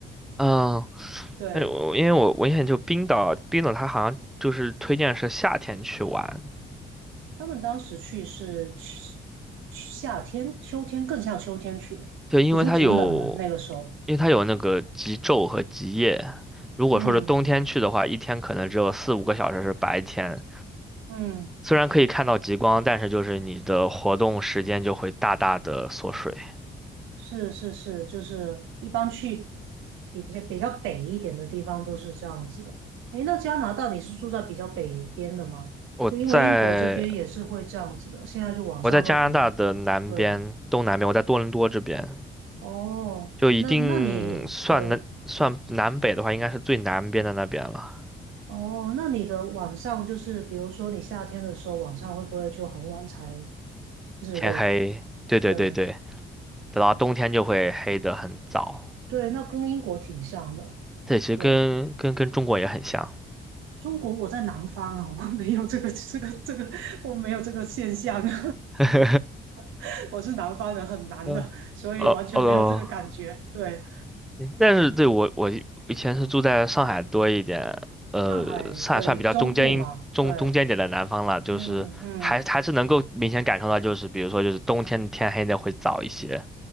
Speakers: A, in the centre; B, on the right.
A: 嗯，
B: <laughs> 对，
A: 但是我因为我我印象就冰岛，冰岛它好像就是推荐是夏天去玩，
B: 他们当时去是去去夏天、秋天，更像秋天去，
A: 对，因为它有
B: 已经挺冷了那个时候。
A: 因为它有那个极昼和极夜。如果说是冬天去的话，
B: 嗯
A: 一天可能只有四五个小时是白天，
B: 嗯。
A: 虽然可以看到极光，但是就是你的活动时间就会大大的缩水。
B: 是是是，就是一般去比比较比较北一点的地方都是这样子的。诶，那加拿大你是住在比较北边的吗？
A: 我在
B: 就因为英国这边也是会这样子的，现在就网上都很，
A: 我在加拿大的南边，
B: 对，
A: 东南边，我在多伦多这边，
B: 哦，
A: 就一定算南算南北的话，
B: 那那你对，
A: 应该是最南边的那边了。
B: 哦，那你的晚上就是比如说你夏天的时候晚上会不会就很晚才日落啊
A: 天黑，对对对对。
B: 对
A: 等到冬天就会黑得很早。
B: 对，那跟英国挺像的，
A: 这其实跟跟跟中国也很像。
B: 对。中国我在南方啊，我没有这个 <laughs> 这个这个，我没有这个现象啊，
A: <laughs>
B: <laughs> 我是南方人，很难的，
A: 嗯，
B: 所以完全没有这个感觉。
A: 呃呃，
B: 对，
A: 但是对我我以前是住在上海多一点，呃，
B: 上海，
A: 上海算比较中间中中间点的南方了，
B: 对，中部嘛，对，
A: 就是还还是能够明显感受到，
B: 嗯嗯，
A: 就是比如说就是冬天天黑的会早一些。